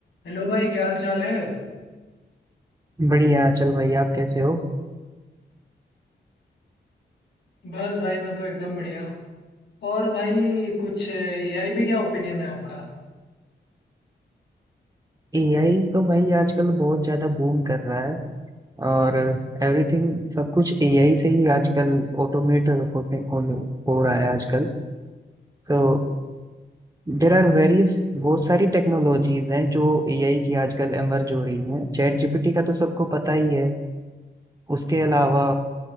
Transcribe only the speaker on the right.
बढ़िया चल भाई आप कैसे हो
एआई तो भाई आजकल बहुत ज्यादा बूम कर रहा है और एवरीथिंग सब कुछ एआई से ही आजकल ऑटोमेट होते होने हो रहा है आजकल सो देर आर वेरियस बहुत सारी टेक्नोलॉजीज हैं जो एआई की आजकल एमर्ज हो रही हैं चैट जीपीटी का तो सबको पता ही है उसके अलावा